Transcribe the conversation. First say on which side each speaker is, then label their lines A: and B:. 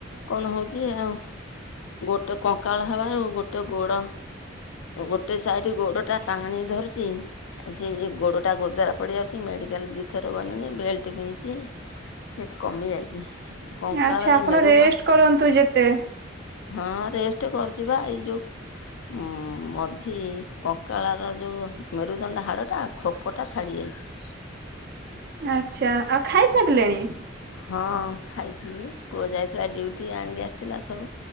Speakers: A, on the left; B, on the right.
A: କଣ ହଉଛି ଆଉ। ଗୋଟେ କଙ୍କାଳ ହେବାରୁ ଗୋଟେ ଗୋଡ଼ ଗୋଟେ ସାଇଡ ଗୋଡ ଟା ଟାଣୀ ଧରୁଛି। ସେ ଗୋଡଟା ଗୋଦବାର ପଡିଯାଉଛି, ମେଡିକାଲ ଦି ଥର ଗଣିନି, ବେଲ୍ଟ ପିନ୍ଧିଛି, ସେ ଟିକେ କମିଯାଇଛି। କଙ୍କାଳରେ
B: ଆଚ୍ଛା ଆପଣ
A: ମେରୁଦଣ୍ଡ
B: ରେଷ୍ଟ କରନ୍ତୁ ଯେତେ।
A: ହଁ ରେଷ୍ଟ କରୁଚିପା, ଏଇ ଯୋଉ ଉଁ ମଝି କଙ୍କାଳ ର ଯୋଉ ମେରୁଦଣ୍ଡ ହାଡ଼ଟା ଖୋପଟା ଛାଡ଼ି ଯାଇଛି। <inaudible>
B: ଆଚ୍ଛା, ଆଉ ଖାଇସାରିଲେଣି?
A: ହଁ ଖାଇଥିଲି, ପୁଅ ଯାଇଥିଲା ଡିୟୁଟି ଆଣିକି ଆସିଥିଲା ସବୁ,